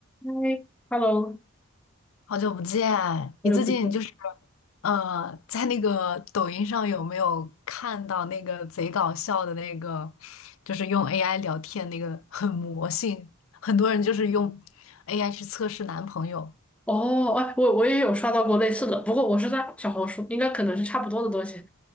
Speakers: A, in the centre; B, on the left.
A: 嗨，Hello，
B: 好久不见，
A: 好久不见。
B: 你最近就是呃，在那个抖音上有没有看到那个贼搞笑的那个，就是用 AI 聊天那个很魔性，很多人就是用 AI 去测试男朋友。
A: 哦，哎，我我也有刷到过类似的，不过我是在小红书，应该可能是差不多的东西，